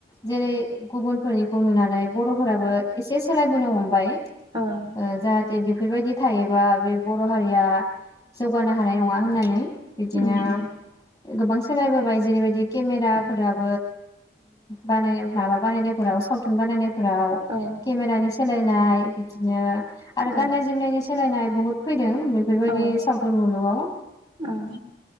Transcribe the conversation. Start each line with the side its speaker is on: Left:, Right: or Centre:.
Left: जेरै गुबुन फोरनिखौ नुनानै बर'फोराबो एसे सोलायबोनो हमबाय
Right: उम
Left: ओ जाहाथे बेबायदि थायोबा बे बर' हारिया जौगानो हानाय नङा होननानै बिदिनो
Right: उम उम
Left: गोबांस सोलायबोबाय जेरैबायदिग केमेेराफोराब
Right: औ
Left: उ बानाय <unintelligible> माबा बानायनायफोराव सावथुन बानायनाय फ्राव
Right: ओ
Left: केमेरानि सोलाय नाय बिदिनो आरो
Right: औ
Left: गान्नाय जोमनायनि सोलायनाय बुहुद फैदों बेफोरबायदि
Right: ओ
Left: सावथुन मुलुगाव ओ
Right: ओं